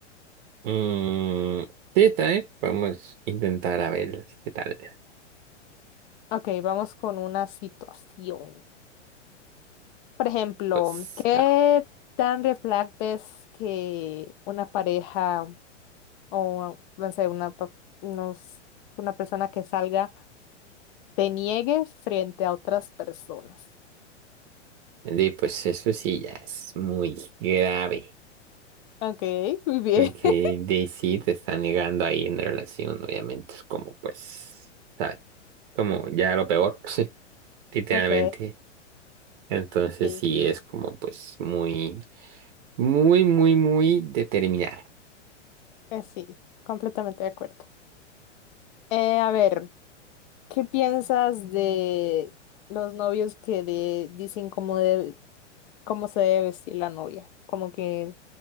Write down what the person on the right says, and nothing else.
mm, sí, está bien. Vamos a intentar a ver qué tal.
Pues,
no.
De, pues eso sí ya es muy grave.
Porque
de sí te está negando ahí en relación, obviamente. Es como, pues, ¿sabes? Como ya lo peor, <laughs> sí, literalmente.
Entonces
sí es como, pues, muy, muy, muy, muy determinar.